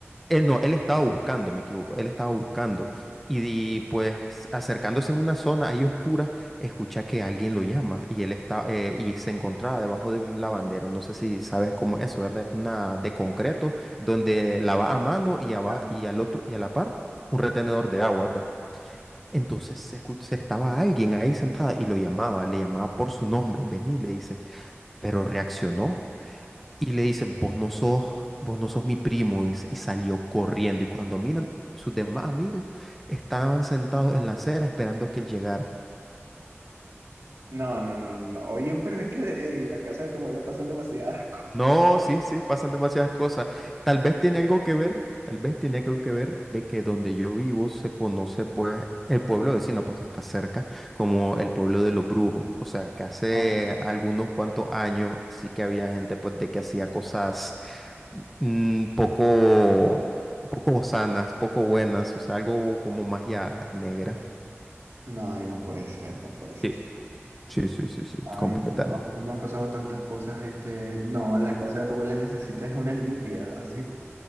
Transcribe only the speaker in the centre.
Él no, él estaba buscando, me equivoco, él estaba buscando. Y, di- pues acercándose en una zona ahí oscura, escucha que alguien lo llama y él está eh, y se encontraba debajo de un lavandero. No sé si sabes cómo es eso, ¿verdad? Es una de concreto donde lava a mano y, aba-
y al otro y a la par un retenedor de agua, ¿verdad? Entonces se, escu- se estaba alguien ahí sentada y lo llamaba, le llamaba por su nombre, vení, le dice, pero reaccionó y le dice, vos no sos, vos no sos mi primo, dice, y salió corriendo. Y cuando miran, sus demás amigos estaban sentados en la acera esperando a que él llegara.
No, sí, sí, pasan demasiadas cosas. Tal vez tiene algo que ver, tal vez tiene algo que ver de que donde yo vivo se conoce pues el pueblo vecino, pues que está cerca, como el pueblo de los brujos. O sea, que hace
algunos cuantos años sí que había gente pues de que hacía cosas mm, poco, poco sanas, poco buenas, o sea, algo como magia negra.
Sí, sí, sí, sí, sí,
completamente.